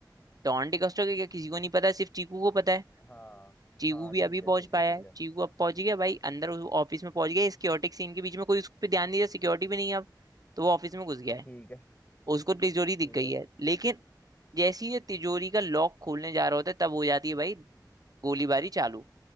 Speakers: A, on the right; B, on the left.
A: तो ऑन डिकॉस्टा के क्या किसी को नहीं पता सिर्फ चीकू को पता है
B: हाँ
A: चीकू
B: हाँ
A: भी
B: ठीक
A: अभी
B: है
A: पहुंच
B: ठीक है
A: पाया
B: ठीक
A: है
B: है
A: चीकू अब पहुंच गया भाई अंदर उस ऑफिस में पहुंच गया सिक्योरिटी सीन के बीच में कोई उस पर ध्यान नहीं दिया सिक्योरिटी भी नहीं है अब तो वो ऑफिस में घुस गया है
B: ठीक है
A: उसको तिजोरी दिख
B: ठीक
A: गई
B: है
A: है लेकिन जैसे ही ये तिजोरी का लॉक खोलने जा रहा होता है तब हो जाती है भाई गोलीबारी चालू